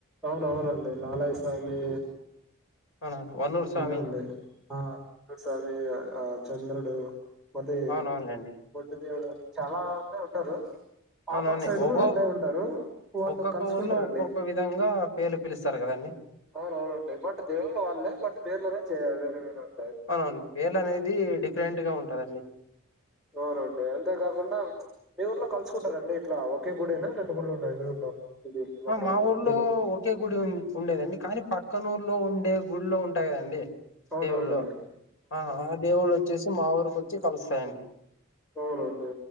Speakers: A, in the centre; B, on the left (about 70°).
A: అవునవునండి లాలాయ స్వామి
B: అవునవునా వన్నూరు స్వామి
A: ఉన్నారండి ఆ ము స్వామి ఆ చంద్రుడు మళ్ళీ
B: అవునవునులేండి
A: బొడ్డు దేవుడు అని చాలా మందే ఉంటారు మా
B: అవునవును
A: పక్క సైడ్
B: ఒగో
A: కూడా అట్లే ఉంటారు వాళ్ళు
B: ఒక్కొక్క
A: కలుసుకుంటారండి
B: ఊర్లో ఒక్కొక్క విధంగా పేర్లు పిలుస్తారు కదండి
A: అవునవునండి బట్ దేవుళ్ళ వాళ్ళే బట్ పేర్లోనే చేయ్ వేరే వేరే ఉం
B: అవునవును పేర్ల అనేది డిఫరెంట్ గా ఉంటందండి
A: అవునండి అంతేకాకుండా మీ ఊర్లో కలుసుకుంటారండి ఇట్లా ఒకే గుడేనా రెం గుళ్ళు ఉన్నాయి మీ ఊర్లో ఇది మొహరంకు
B: ఆ మా ఊర్లో
A: వీళ్ళకి
B: ఒకే గుడి ఉంద్ ఉండేదండి కానీ పక్కనూరులో ఉండే గుళ్లో ఉంటాయి కదండి
A: అవునవునండి.
B: దేవుళ్ళు ఆ ఆ దేవుళ్ళు వచ్చేసి మా ఊరికోచ్చి కలుస్తాయండి
A: అవునండి.